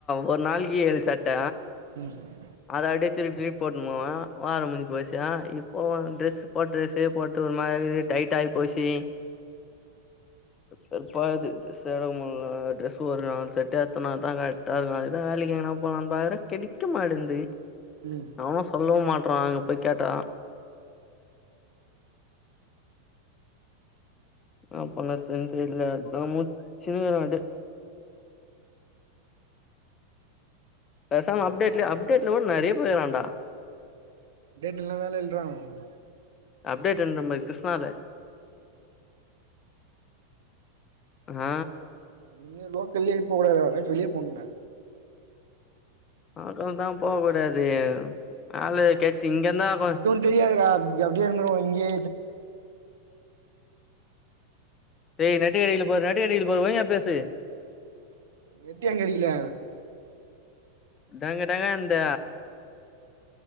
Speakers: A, on the left; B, on the right.
A: ஒரு நாளைக்கு ஏழு சட்ட
B: ம்
A: அத அப்டியே திருப்பி திருப்பி போட்னு போவே வாரோ முடுஞ்சு போச்சுனா இப்போ ட்ரெஸ்ஸு போட்ட ட்ரெஸ்ஸே போட்டு ஒரு மாரி டைட்டாகி போச்சி வெறுப்பாக்குது ட்ரெஸ்ஸே எடுக்க முடியல ட்ரெஸ் ஒரு நாள் செட்டா எடுத்தனா தா கரெக்டா இருக்கு அதுதா வேலைக்கு எங்கனா போலானு பாக்குறே கெடைக்க மாட்டுன்து
B: ம்
A: அவனு சொல்லவு மாட்றான் அங்க போயி கேட்டா <unintelligible> தெம்பு இல்ல அத முடிச்சே அதே பேசாம அப்டேட்ல அப்டேட்ல கூட நிறைய பேர் வேண்டா
B: டேட் எல்லா வேல இல்றாங்கங்க
A: அப்டேட் என்ற பாரு கிருஷ்ணால ஆ
B: நீங்க லோக்கல்லயே போ கூடாது எங்கையாது வெளிய போனும்டா
A: அது தா போக கூடாது ஆளு கேச்ச இங்க தா கொஞ்
B: தெரியாது டா அப்படியே இருதுறுவோம் இங்கே
A: டேய் நெட் கடைகள பாரு நெட் கடைகள பாரு ஓய்யா பேசு
B: நெட் ஏ கிடைக்கல
A: டங்கடங்க இந்த